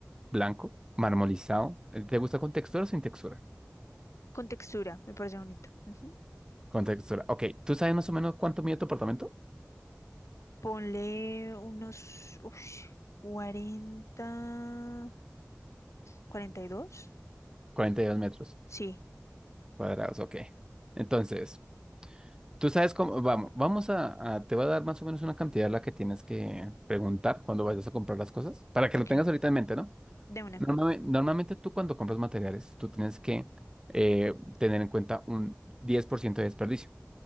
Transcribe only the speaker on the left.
Con textura, me parece bonito. Ujú.
Ponle unos ush, cuarenta, cuarenta y dos
Sí,
ok,
de una.